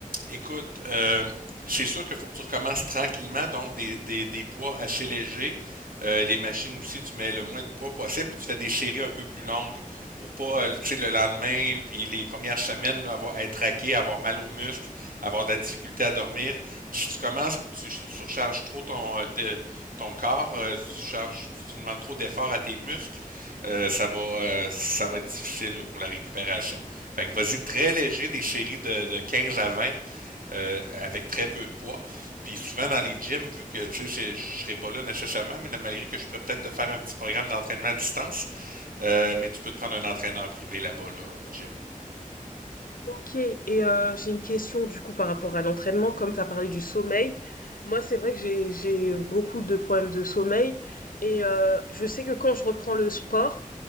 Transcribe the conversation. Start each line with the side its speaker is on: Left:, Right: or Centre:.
Right: Écoute, euh, c'est sûr qu'il faut que tu recommences tranquillement, donc des, des, des poids assez légers. Euh, les machines aussi, tu mets le moins de poids possible, puis tu fais des séries un peu plus longues pour pas, euh, tu sais, le lendemain, puis les premières semaines, là, avoir, être raqué, avoir mal aux muscles, avoir de la difficulté à dormir. Si tu commences, puis tu surcharges trop ton, euh, te- ton corps, euh, si tu, charges- si tu demandes trop d'efforts à tes muscles, euh, ça va, euh, ça va être difficile là, pour la récupération. Fait que vas-y très léger, des séries de, de 15 à vingt euh, avec très peu de poids. Puis souvent dans les gyms, vu que tu sais, je serai pas là nécessairement, mais malgré que je pourrais peut-être te faire un petit programme d'entraînement à distance, euh, mais tu peux te prendre un entraîneur privé là-bas là, au gym.
Left: Ok, et euh, j'ai une question du coup par rapport à l'entraînement, comme t'as parlé du sommeil. Moi, c'est vrai que j'ai j'ai beaucoup de problèmes de sommeil et euh, je sais que quand je reprends le sport,